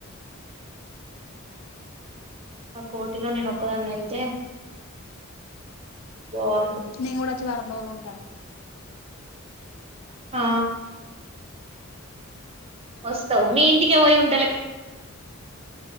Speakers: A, on the right; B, on the left.
A: ఆ కోటిలో నేను ఒక్కదాన్ని అయితే బాగుండు
B: నేను కూడా వచ్చి వారం రోజులు ఉంటా
A: ఆ వస్తావు మీఇంటి కి పోయి ఉంటలేవ్